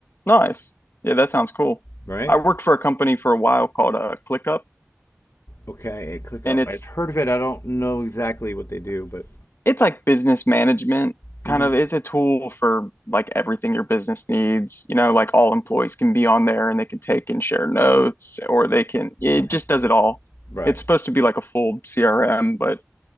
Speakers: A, on the left; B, on the left.
A: Nice. Yeah. That sounds cool.
B: right?
A: I worked for a company for a while called uh, ClickUp
B: Okay, ClickUp.
A: and it's
B: I've heard of it. I don't know exactly what they do, but.
A: it's like business management
B: hmm
A: kind of it's a tool for like everything your business needs you know like all employees can be on there and they can take and share notes or they can it
B: Okay.
A: just does it all
B: Right.
A: it's supposed to be like a full crm but